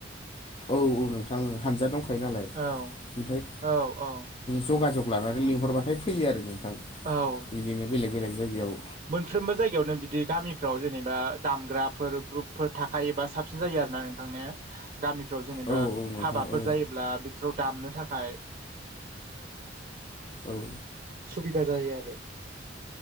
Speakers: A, on the left; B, on the right.
A: औ औ नोंथां हामजा दंखायो नालाय
B: औ
A: ओमफ्राय
B: औ औ
A: जग जग लानानै लिंहरबाथाय फैयो आरो नोंथां
B: औ
A: बिदिनो बेलेग बेलेग जायगायाव
B: मोनफ्रोमबो जायगायावनो बि बिदि गामिफ्राव जेनेबा दामग्राफोर ग्रुपफोर थाखायोबा साबसिन जायो आरो ना नोंथांनिया गामिफ्राव जेनेबा
A: औ नोंथां
B: हाबाफोर
A: औ
B: जायोब्ला बेफोराव दामनो थाखाय
A: औ
B: सुबिदा जायो आरो